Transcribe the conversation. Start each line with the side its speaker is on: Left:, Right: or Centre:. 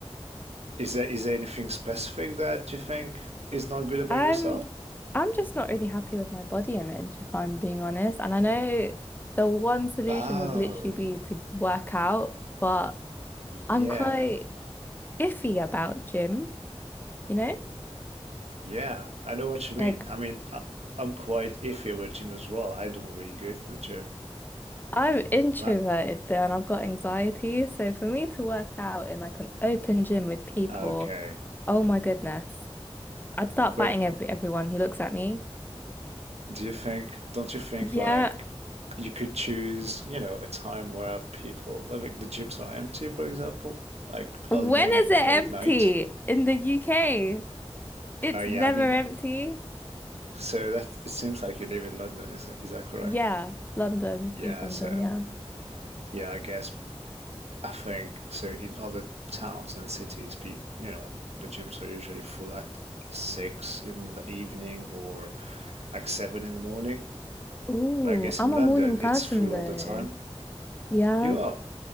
Right: is there is there anything specific that you think is not good about
Left: I'm
Right: yourself?
Left: I'm just not really happy with my body image, if I'm being honest. And I know the one solution
Right: Oh,
Left: would literally be to work out, but
Right: yeah,
Left: I'm quite iffy about gym, you know?
Right: yeah, I know what you mean.
Left: Like
Right: I mean, I, I'm quite iffy about gym as well. I don't really go to the gym.
Left: I'm introverted
Right: But
Left: though, and I've got anxiety. So for me to work out in like an open gym with people,
Right: okay,
Left: oh my goodness, I'd start
Right: but
Left: fighting every everyone who looks at me.
Right: do you think, don't you think
Left: Yeah.
Right: like you could choose, you know, a time where people, like the gyms are empty, for example, like
Left: When
Right: early morning
Left: is
Right: or
Left: it
Right: late
Left: empty
Right: night?
Left: in the UK? It's
Right: Oh yeah,
Left: never
Right: I mean,
Left: empty.
Right: So that it seems like you live in London, is is that correct?
Left: Yeah, London,
Right: Yeah,
Left: East London,
Right: so
Left: yeah.
Right: yeah, I guess I think so in other towns and cities, people, you know, the gyms are usually full at six in the evening or like seven in the morning.
Left: Ooh,
Right: But I guess
Left: I'm
Right: in London,
Left: a morning person
Right: it's full
Left: though.
Right: all the time.
Left: Yeah.
Right: You are.